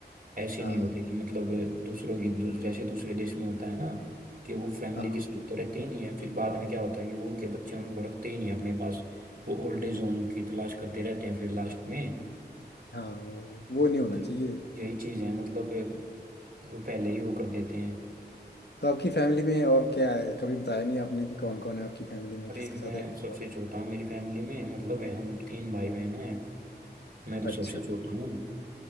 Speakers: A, on the right; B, on the left.
A: ऐसे
B: हाँ
A: नहीं होते कि मतलब दूसरों की दू- जैसे दूसरे देश में होता है ना कि वो फैमिली
B: हाँ
A: के साथ तो रहते ही नहीं है फिर बाद में क्या होता है कि वो उनके बच्चे उनको रखते ही नहीं अपने पास वो ओल्ड एज होम की तलाश करते रहते हैं फिर लास्ट में
B: हाँ वो वो नहीं होना
A: तो
B: चाहिए
A: यही चीज है मतलब वो पहले ही वो कर देते हैं
B: तो आपकी फैमिली में और क्या है कभी बताया नहीं आपने कि कौन कौन है आपकी फैमिली में
A: अरे
B: किसके
A: मैं
B: साथ रहते
A: सबसे
B: हो
A: छोटा हूँ मेरी फैमिली में मतलब है, हम तीन भाई बहन हैं मैं तो
B: अच्छा
A: सबसे छोटा हूँ